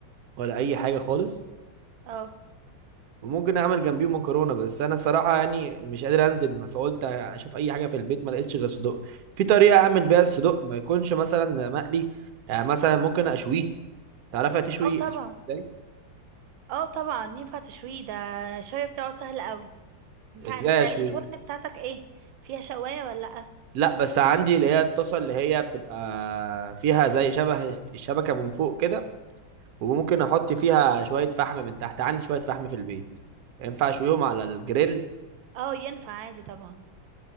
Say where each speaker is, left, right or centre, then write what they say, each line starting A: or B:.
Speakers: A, on the right; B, on the right.
A: ولا اي حاجه خالص
B: اه
A: وممكن اعمل جنبيهم مكرونه بس انا الصراحه يعني مش قادر انزل فقلت اشوف اي حاجه في البيت ما لقيتش غير صدق في طريقه اعمل بيها الصدق ما يكونش مثلا مقلي يعني مثلا ممكن اشويه تعرف تشوي
B: اه طبعا
A: أشوي ازاي
B: اه طبعا ينفع تشويه ده الشوية بتاعه سهل قوي انت
A: ازاي
B: انت الفرن
A: اشويه
B: بتاعتك ايه فيها شواية ولا لأ
A: لا بس عندي اللي هي الطاسه اللي هي بتبقى فيها زي شبه الشبكه من فوق كده وممكن احط فيها شويه فحم من تحت عندي شويه فحم في البيت ينفع اشويهم على الجريل
B: اه ينفع عادي طبعا